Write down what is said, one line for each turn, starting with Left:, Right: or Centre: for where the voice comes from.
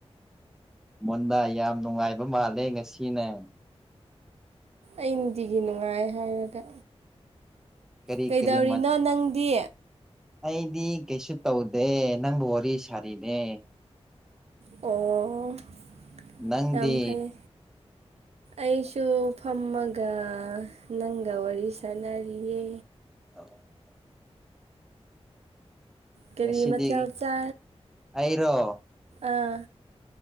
Centre: ꯃꯨꯟꯅ ꯌꯥꯝ ꯅꯨꯡꯉꯥꯏꯕ ꯃꯥꯜꯂꯦ ꯉꯁꯤꯅꯦ
Right: ꯑꯒꯤ ꯅꯨꯡꯉꯥꯏ ꯍꯥꯏꯔꯒ
Centre: ꯀꯔꯤ
Right: ꯀꯩꯗꯧꯔꯤꯅꯣ
Centre: ꯀꯔꯤ ꯃꯊꯦꯜ
Right: ꯅꯪꯗꯤ
Centre: ꯑꯩꯗꯤ ꯀꯩꯁꯨ ꯇꯧꯗꯦ ꯅꯪꯕꯨ ꯋꯥꯔꯤ ꯁꯥꯔꯤꯅꯦ
Right: ꯑꯣ <inaudible>
Centre: ꯅꯪꯗꯦ
Right: ꯌꯥꯝ ꯐꯩ ꯑꯩꯁꯨ ꯐꯝꯃꯒ ꯅꯪꯒ ꯋꯥꯔꯤ ꯁꯥꯟꯅꯔꯤꯌꯦ
Centre: ꯑ <unintelligible> <inaudible>
Right: ꯀꯦꯔꯤ
Centre: ꯉꯁꯤꯗꯤ
Right: ꯃꯊ ꯆꯥ
Centre: ꯑꯩꯔꯣ
Right: ꯑꯥ